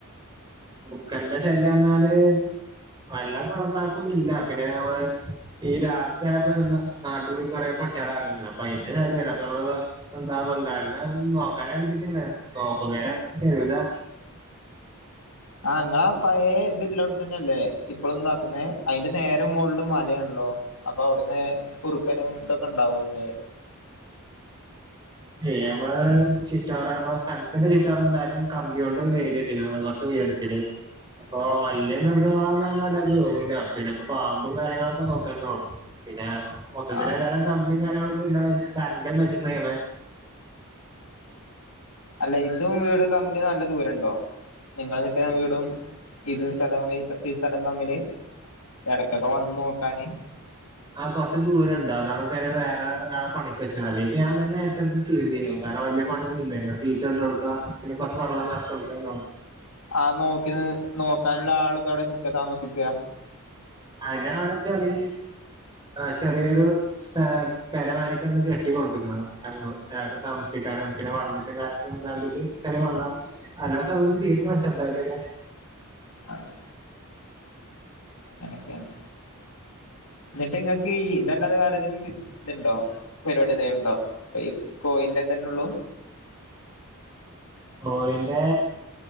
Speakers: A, on the right; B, on the left.
A: കുറുക്കന്റെ ശല്യം പറഞ്ഞാല് നല്ല <unintelligible> ഇല്ല പിന്നെ നമ്മള് ഈ രാത്രി ആയ അപ്പൊ ഇത് എന്താ നാട്ടൂര് കൊറെ പട്ടികള് എറങ്ങിയേക്കണ് അപ്പ അയിന്റെ <unintelligible> എന്താ ബംഗാളിനെ നോക്കാന് ഏൽപ്പിച്ചിരുന്നു നോക്കും നേരം കഴുകാ
B: ആഹ് നിങ്ങളാ പഴയ ഇതില്ലാം അവ്ടെ തന്നെയല്ലേ ഇപ്പളും ഇതാക്കുന്നേ അതിന്റെ നേരെ മൊളിൽ മലയാണല്ലോ അപ്പൊ അവിടുന്ന് കുറുക്കനും ഇതൊക്കെ ഉണ്ടാവൊല്ലേ
A: <unintelligible> നമ്മളാ ചുറ്റാറ നമ്മള സ്ഥലത്തിന്റെ ചുറ്റ് പാടും എന്തായാലും കമ്പി കൊണ്ട് വേലി ഇല്ല അമ്മള കൊറച്ച് ഉയരത്തില് അപ്പൊ വല്യ മൃഗങ്ങളാന്നും അങ്ങനെ വല്ലാ കേറൂല പിന്നെ ഇപ്പ പാമ്പും കാര്യങ്ങളൊക്കെ നോക്കാണ്ടൂ പിന്നെ മൊത്തത്തിലേതായാലും
B: ആ
A: കമ്പിയും കാര്യങ്ങളൊക്കെ ഇണ്ടാകും കറണ്ടും <unintelligible>
B: അല്ല ഇതും വീടും തമ്മില് നല്ല ദൂരണ്ടോ നിങ്ങള് നിക്കുന്ന വീടും ഇത് സ്ഥലം ഇത് ഈ സ്ഥലം തമ്മില് എടക്കൊക്കെ വന്ന് നോക്കാന്
A: ആഹ് കൊറച്ച് ദൂരണ്ട് അതാണ്പ്പ ഞങ്ങള് വേറെ ഒരാളെ പണിക്ക് വെച്ചേക്കണേ അല്ലെങ്കി ഇപ്പ ഞാൻ തന്നെ ഏറ്റടുത്ത് ചെയ്തീനു കാരണം <unintelligible> പണിയൊന്നുല്ലല്ലോ തീറ്റട്ടൊടുക്കാ പിന്നെ കൊറച്ച് വെള്ളം നെറച്ചൊട്ക്കാനോ
B: ആഹ് നോക്കി നോക്കാനുള്ള ആള്പ്പോ എവടെ നിക്കാ താമസിക്ക
A: അയിന് അവിടെ ചെറീ ആഹ് ചെറിയൊരു സ്പേ പെരമാരിക്ക് അത് കെട്ടി കൊടുത്ത്ക്ക്ണ് <unintelligible> അയാൾക് താമസിക്കാനും പിന്നെ വള്ളത്തിനും കാര്യത്തിനും വേണ്ടിട്ട് ചെറിയ വള്ളം എല്ലാ സൗകര്യം ചെയ്ത്ക്കണ് ചെറുതായിട്ടൊക്കെ
B: ആഹ് അങ്ങനെയൊക്കെയാണ് ന്നിട്ട് ങ്ങക്ക് ഇതല്ലാതെ വേറെ എന്തേലും ഇതുണ്ടോ പരിപാടിന്തേലുണ്ടോ ഈ കോയിന്റെ തന്നെള്ളു
A: കോയിന്റെ